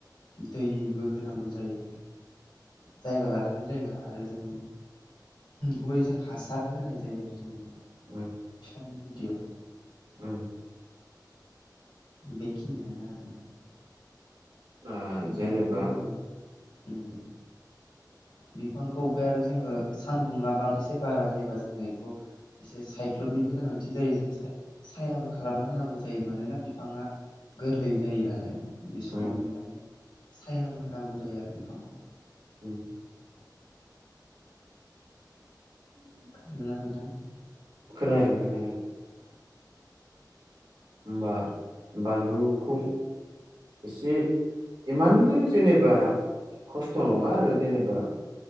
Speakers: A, on the left; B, on the right.
A: दैबो होनांगौ जायो। जायगा लानानै जायगा आरो जों गुबै जों हासारबो होनाय जायो आरो जेनेबा
B: उम
A: <unintelligible> बिदियाव
B: उम
A: बेखिनियानो आरो ना।
B: ओ
A: ओमफ्राय
B: जेनेबा
A: आरो जों उम बिफांखौ ओमफ्राय आरो जोङो सानदुंङा बां एसे बारा जायोबा जोङो बेखौ एसे सायख्लुमनिबो गोनांथि जायो जों सायाबो खालामना होनांगौ जायो मानोना बिफाङा गोरलै जायो नालाय बे समाव
B: उम
A: जों माने सायाबो होनांगौ जायो आरो बिफांखौ
B: उम <inaudible>
A: खोनादोंना नोंथां?
B: खोनादों खोनादों। होनबा बानलुखौ एसे इमानबो जेनेबा खस्थ' नङा आरो जेनेबा